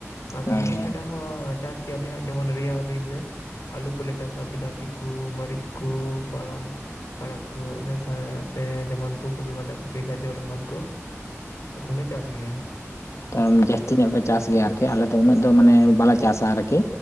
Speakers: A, on the left; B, on the left.
A: ᱟᱫᱚ
B: ᱦᱮᱸ
A: ᱱᱤᱭᱟᱹ ᱪᱷᱟᱰᱟ ᱦᱚᱸ ᱪᱟᱥ ᱜᱮᱭᱟᱞᱮ ᱦᱟᱸᱜ ᱡᱮᱢᱚᱱ ᱨᱮᱭᱟᱲ ᱫᱤᱱ ᱨᱮ᱾ ᱟᱹᱞᱩ ᱠᱚᱞᱮ ᱪᱟᱥᱟ ᱵᱤᱞᱟᱛᱤ ᱠᱚ, ᱢᱟᱹᱨᱤᱪ ᱠᱚ, ᱯᱟᱞᱚᱱ ᱟᱲᱟᱜ ᱠᱚ ᱤᱱᱟᱹ ᱥᱟᱶᱛᱮ ᱡᱮᱢᱚᱱ ᱯᱷᱩᱞ ᱠᱚᱯᱤ, ᱵᱟᱸᱫᱷᱟ ᱠᱚᱯᱤ, ᱜᱟᱡᱚᱨ ᱮᱢᱟᱱ ᱠᱚ ᱾ ᱛᱚᱠᱷᱚᱱ ᱞᱮ ᱪᱟᱥ ᱜᱮᱭᱟ ᱦᱟᱸᱜ ᱾
B: ᱛᱚ ᱡᱟᱹᱥᱛᱤ ᱧᱚᱜ ᱯᱮ ᱪᱟᱥ ᱜᱮᱭᱟ ᱟᱨᱠᱤ ᱟᱞᱮ ᱫᱚ ᱩᱱᱟᱹᱜ ᱫᱚ ᱢᱟᱱᱮ ᱵᱟᱞᱮ ᱪᱟᱥᱟ ᱟᱨᱠᱤ,